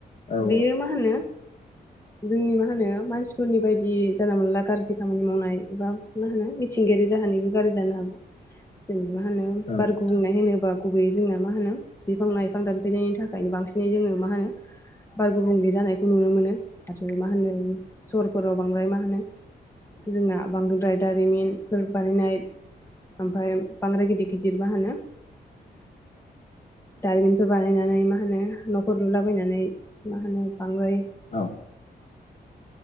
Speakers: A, on the left; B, on the left.
A: औ
B: बेयो मा होनो जोंनि मा होनो मानसिफोरनि बायदि जि जानला मोनला गाज्रि खामानि मावनाय एबा मा होनो मिथिंगायारि जाहानायबो गाज्रि जानो हागौ जोंनि मा होनो बार
A: औ नोंथां
B: गुबुंनाय होनोबा गुबैयै जोंना मा होनो बिफां लाइफां दानफैनायनि थाखायनो बांसिनै जोङो मा होनो बार गुबुंले जानायखौ नुनो मोनो आरो मा होनो सहरफोराव बांद्राय मा होनो जोंना बांदोद्राय दारिमिनफोर बानायनाय ओमफ्राय बांद्राय गिदिर गिदिर मा होनो दारिमिनफोर बानायनानै मा होनो न'खर लुलाबायनानै मा होनो बांगाय
A: औ